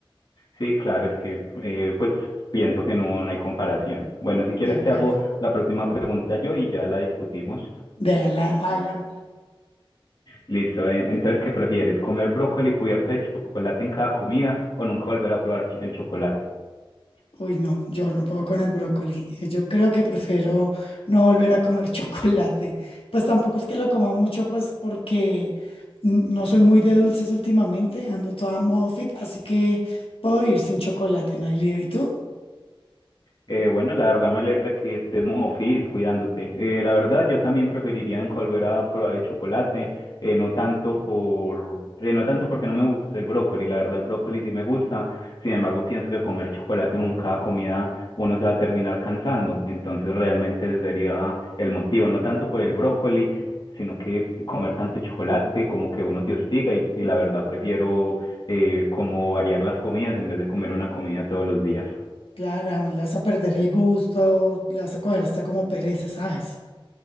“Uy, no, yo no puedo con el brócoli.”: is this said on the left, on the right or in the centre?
Left